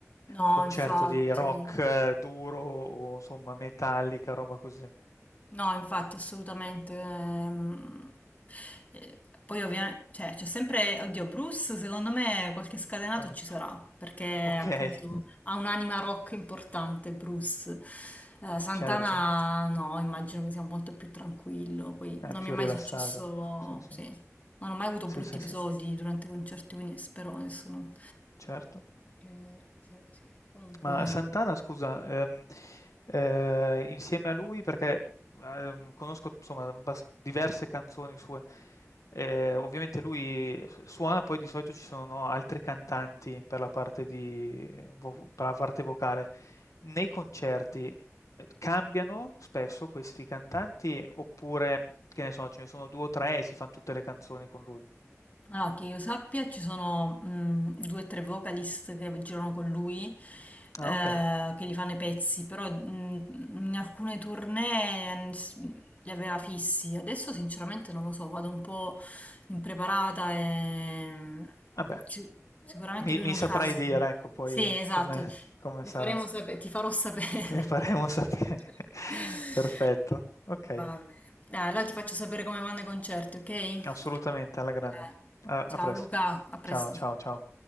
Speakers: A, on the left; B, on the left.
A: No,
B: concerto
A: infatti.
B: di rock eh, duro o insomma metallica, roba così.
A: No, infatti, assolutamente. ehm, eh, Poi ovviamente, cioè, c'è sempre, oddio, Bruce, secondo me qualche scatenato
B: Eh,
A: ci sarà, perché
B: okay,
A: appunto ha un'anima rock importante, Bruce. Eh, Santana,
B: certo.
A: no, immagino che sia molto più tranquillo. Poi
B: Eh,
A: non
B: più
A: mi è mai
B: rilassato.
A: successo,
B: Sì, sì.
A: sì, non ho mai avuto
B: Sì,
A: brutti
B: sì,
A: episodi
B: sì,
A: durante i concerti, quindi spero adesso non...
B: certo.
A: che sia così. Comunque...
B: Ma Santana, scusa, ehm, eh, insieme a lui, perché ehm, conosco insomma abbas- diverse canzoni sue, eh, ovviamente lui su- suona, poi di solito ci sono no, altri cantanti per la parte di, vo- per la parte vocale. Nei concerti eh, cambiano spesso questi cantanti oppure, che ne so, ce ne sono due o tre e si fanno tutte le canzoni con lui?
A: Allora, che io sappia, ci sono mm, due o tre vocalist che girano con lui,
B: Ah,
A: eh,
B: ok.
A: che gli fanno i pezzi, però mm, in alcune tournée mm, s- li aveva fissi. Adesso sinceramente non lo so, vado un po' impreparata e
B: Vabbè,
A: ci- sicuramente
B: mi,
A: lui
B: mi
A: non
B: saprai
A: canta.
B: dire, ecco, poi
A: Sì, esatto,
B: come, come
A: le
B: sarà.
A: faremo sapere, ti farò sapere.
B: Le faremo sapere. <laughs>
A: <laughs>
B: Perfetto. Ok,
A: Va bene. Dai, allora ti faccio sapere come vanno i concerti, ok?
B: assolutamente, alla grande.
A: Eh,
B: A, a
A: Ciao
B: presto.
A: Luca, a presto.
B: Ciao, ciao, ciao.